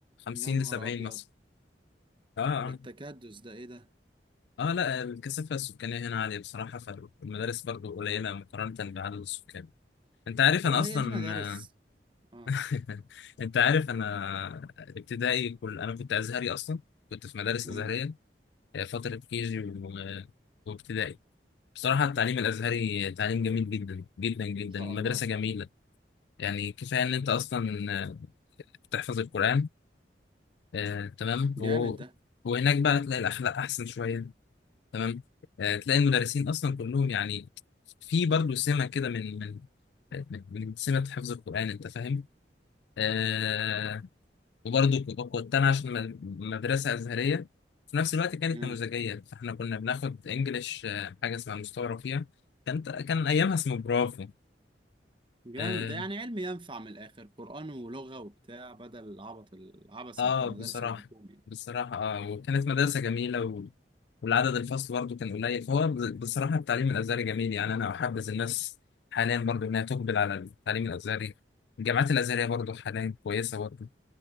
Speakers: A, on the left; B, on the right.
A: 50
B: يا نهار
A: ل 70
B: ابيض
A: مثلا اه
B: ده التكدس ده ايه ده
A: اه لا الكثافة السكانية هنا عالية بصراحة فالمدارس برضو قليلة مقارنة بعدد السكان انت عارف
B: وهي
A: انا اصلا
B: دي مدارس اه
A: <laughs> انت عارف انا ابتدائي كل انا كنت ازهري اصلا كنت في مدارس
B: امم
A: ازهرية آه، فترة كيجي و... وابتدائي بصراحة التعليم الازهري تعليم جميل جدا جدا جدا
B: ان شاء
A: المدرسة
B: الله
A: جميلة يعني كفاية ان انت اصلا آه، بتحفظ القرآن آه، تمام و...
B: جامد ده
A: وهناك بقى تلاقي الاخلاق احسن شوية تمام آه، تلاقي المدرسين اصلا كلهم يعني في برضه سمه كده من من من من سمه حفظ القران انت فاهم آه وبرضه كنت انا عشان م- مدرسه ازهريه في نفس الوقت كانت
B: امم
A: نموذجيه فاحنا كنا بناخد انجليش آه، حاجه اسمها مستوى فيها كانت كان ايامها اسمه برافو
B: جامد
A: اه,
B: ده يعني علم ينفع من الاخر قرآن ولغة وبتاع بدل العبط العبث
A: آه
B: اللي في المدارس
A: بصراحه
B: الحكومية
A: بصراحه اه وكانت مدرسه جميله والعدد الفصل برضه كان قليل فهو ب- بصراحة التعليم الأزهري جميل يعني أنا أحبذ الناس حاليا برضه إنها تقبل على التعليم الأزهري الجامعات الأزهرية برضه حاليا كويسة برضه